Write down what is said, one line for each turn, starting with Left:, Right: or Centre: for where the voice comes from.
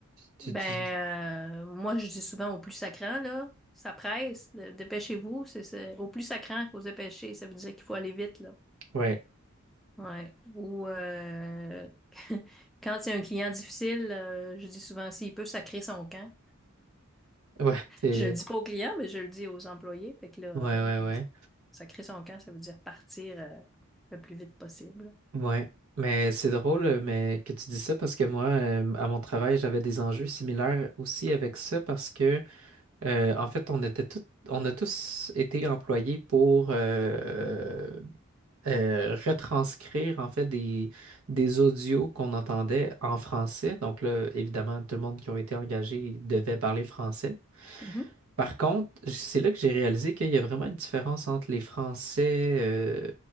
Right: tu,
Centre: Ben,
Right: tu, tu-
Centre: euh, moi, je dis souvent au plus sacrant, là, ça presse, dépêchez-vous, c'est, c'est- au plus sacrant, il faut se dépêcher, ça veut dire qu'il faut aller vite, là.
Right: Ouais,
Centre: Ouais. Ou euh, <laughs> quand il y a un client difficile, euh, je dis souvent, s'il peut sacrer son camp.
Right: ouais, c'est...
Centre: Je le dis pas aux clients, mais je le dis aux employés. Fait que là, euh,
Right: Ouais, ouais,
Centre: je lui
Right: ouais.
Centre: dis, sacrer son camp, ça veut dire partir euh, le plus vite possible.
Right: Ouais, mais c'est drôle euh, mais que tu dis ça parce que moi, euh, à mon travail, j'avais des enjeux similaires aussi avec ça parce que, euh, en fait, on était tout- on a tous été employés pour euh, euh, retranscrire, en fait, des, des audios qu'on entendait en français. Donc là, évidemment, tout le monde qui a été engagé devait parler français.
Centre: Mhm.
Right: Par contre, j- c'est là que j'ai réalisé qu'il y a vraiment une différence entre les Français euh,